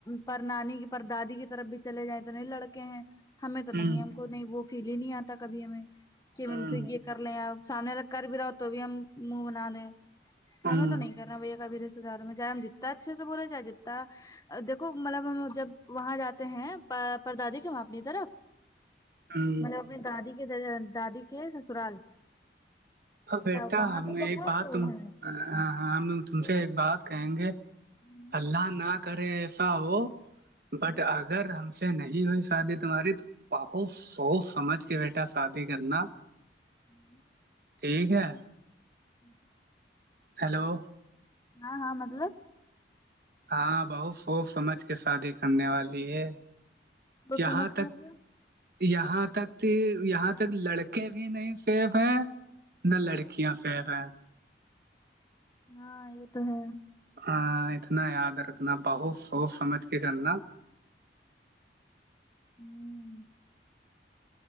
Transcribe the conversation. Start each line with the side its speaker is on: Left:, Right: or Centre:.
Left: پر نانیانی کی پر دادی کی طرف بھی چلے جائیں تو نہیں لڑکے ہیں ہمیں تو نہیں
Right: ہوں
Left: ہم کو نہیں وہ فیل ہی نہیں آتا کبھی ہمیں کہ ان
Right: ہوں
Left: سے یہ کر لیں آپ سامنے تک کر بھی رہا ہو تو بھی ہم منہ بنا دیں ہمیں
Right: ہوں
Left: تو نہیں کہنا بھیا کا بھی رشتے دار چاہے ہم جتتا اچھے سے بولےاہے جتتا دیکھو مطلب ہم جب وہاں جاتے ہیں پر دادی کے وہاں اپنی طرف
Right: ہوں
Left: مطلب اپنی دادی کے دادی کے سسرال
Right: بیٹا
Left: تب وہاں پہ
Right: میں
Left: بہت
Right: یہ بات
Left: لوگ
Right: تم
Left: ہیں
Right: سے ہاں ہاں ہم تم
Left: تو
Right: سے ایک بات کہیں گے
Left: ہوں
Right: اللہ ناک کرے ایسا ہو بٹ
Left: ہوں
Right: اگر ہم سے نہیں ہوئی شادی تمہاری تو بہت سوچ سمجھ کے بیٹا شادی کرنا
Left: ہوں
Right: ٹھیک ہے
Left: جی
Right: ہیلو
Left: ہاں ہاں مطلب
Right: ہاں بہت سوچ سمجھ کے شادی کرنے والی ہے
Left: تو
Right: جہاں
Left: سمجھ
Right: تک
Left: کے مطلب
Right: یہاں تک یہاں تک لڑکے بھی نہیں سیف ہیں نہ لڑکیاں سیف ہیں
Left: ہاں یہ تو ہے
Right: ہ اتنا یاد رکھنا بہت سوچ سمجھ کے کرنا
Left: ہوں